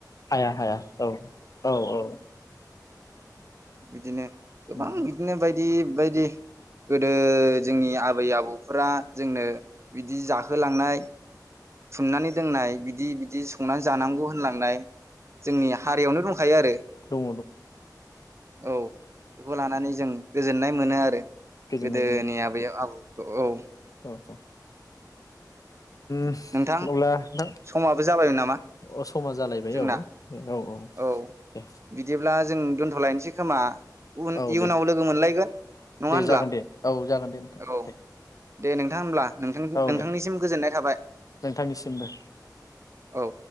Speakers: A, on the left (about 55°); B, on the right (about 40°).
A: हाया हाया औ औ औ
B: बिदिनो गोबां
A: दङ
B: बिदिनो बाय दि बायदि गोदो जोंनि आबै आबौफोरा जोंनो बिदि जाहोलांनाय सुमनानै दोननाय बिदि बिदि संनानै जानांगौ होनलांनाय जोंनि हारियावनो दंखायो आरो
A: दङ
B: औ बेखौ लानानै जों गोजोननाय मोनो आरो
A: गोजोननाय
B: गोदोनि आबैयाव आबौ औ
A: <inaudible> ओम अब्ला
B: नोंथां
A: नोंथां
B: समाबो जाबायमोन नामा
A: अ समा जालायबाय
B: जोंना
A: औ औ।
B: औ
A: दे
B: बिदिब्ला जों दोन थ'लायनोसै खोमा? उन
A: औ
B: इयुनाव
A: दे
B: लोगो मोनलायगोन नङा
A: दे
B: होनब्ला
A: जागोन दे औ जागोन दे नोंथां
B: औ
A: दे
B: दे नोंथां होनब्ला नोंथां-नोंथांनिसिम
A: औ दे
B: गोजोननाय थाबाय
A: नोंथांनिसिमबो दे
B: औ।